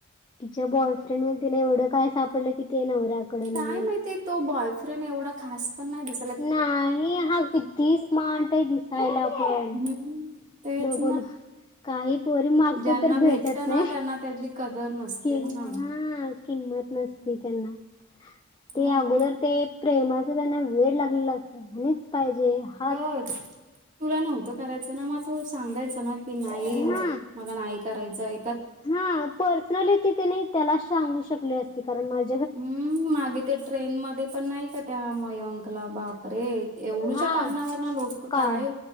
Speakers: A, on the left; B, on the right.
A: तिच्या बॉयफ्रेंड मध्ये तिला एवढं काय सापडलं कि ते नवऱ्याकड नहीआय
B: काय माहिती तो बॉयफ्रेंड एवढा खास पण नाही दिस
A: नाही हा स्मार्ट आय दिस सायला पण
B: हम्म तेच
A: नको ना काही पोरी मागत्या
B: ज्यांना
A: तर भेटत
B: ना
A: नई
B: त्यांना त्याची कदर नसते
A: की
B: ना
A: हा किंमत नसती त्यांना ते
B: म.
A: अगोदर ते प्रेमाच त्यांना वेळ लागलेल असत, हेनीच पाहिजे हा
B: <unintelligible> तुला नव्हतं करायचं ना, मग तू सांगायचं ना की नाही
A: हा
B: मला नाही करायचाय
A: हा पर्सनली ती कनी त्याला सांगू शकली असती कारण माझ
B: हम्म मागे ते ट्रेन मध्ये पण नाही का त्या मयंकला बाप रे एवढूच्या
A: हा
B: कारणावरन लोक
A: का
B: काय